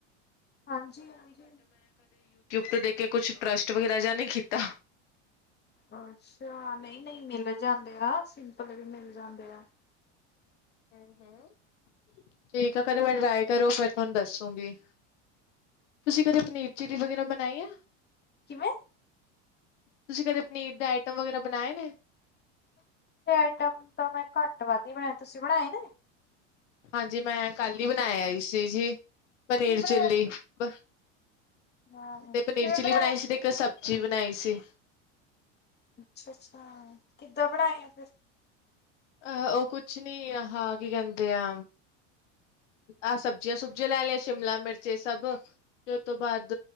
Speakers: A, on the left; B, on the left.
A: ਹਾਂਜੀ ਹਾਂਜੀ।
B: ਤੇ ਦੇਖ ਕੇ ਕੁਛ ਟਰੱਸਟ ਵਗੈਰਾ ਜਾ ਨਈ ਕੀਤਾ।
A: ਅੱਛਾ, ਨਈ, ਨਈ ਮਿਲ ਜਾਂਦੇ ਆ, ਸਿੰਪਲ ਵੀ ਮਿਲ ਜਾਂਦੇ ਆ।
B: ਹੂੰ, ਹੂੰ ਠੀਕ ਆ ਕਦੇ ਮੈਂ ਟਰਾਏ ਕਰੂੰ ਫੇਰ ਤੁਹਾਨੂੰ ਦੱਸੂਂਗੀ। ਤੁਸੀਂ ਕਦੇ ਪਨੀਰ, ਚਿਲੀ ਵਗੇਰਾ ਬਨਾਈ ਆ?
A: ਕਿਵੇਂ?
B: ਤੁਸੀਂ ਕਦੇ ਪਨੀਰ ਦੇ ਆਈਟਮ ਵਗੈਰਾ ਬਨਾਏ ਨੇ?
A: ਆਈਟਮ ਤਾਂ ਮੈਂ ਘੱਟ-ਵੱਧ ਈ ਬਣਾਏ, ਤੁਸੀਂ ਬਣਾਏ ਨੇ?
B: ਹਾਂਜੀ, ਮੈਂ ਕੱਲ ਈ ਬਨਾ ਆਈ ਸੀ ਜੀ। ਪਨੀਰ,
A: ਕੀ ਬਣਾਇਆ
B: ਚਿੱਲੀ
A: ਸੀ?
B: ਬ,
A: ਹਾਂ
B: ਤੇ ਪਨੀਰ,
A: ਕਿਵੇਂ
B: ਚਿੱਲੀ
A: ਬਣਾਇਆ?
B: ਬਣਾਈ ਸੀ ਤੇ ਇੱਕ ਸਬਜੀ ਬਨਾਈ ਸੀ।
A: ਅੱਛਾ ਅੱਛਾ ਕਿੱਦਾਂ ਪੜਾਏ ਆ ਫਿਰ
B: ਅਹ ਉਹ ਕੁਛ ਨੀ ਆ ਹਾਂ ਕੀ ਕਹਿੰਦੇ ਆ ਆਹ ਸਬਜ਼ੀਆਂ ਸੁਬਜ਼ੀਆਂ ਲੈ ਲਈਆਂ ਸ਼ਿਮਲਾ ਮਿਰਚ ਸਭ ਤੇ ਉਹ ਤੋਂ ਬਾਅਦ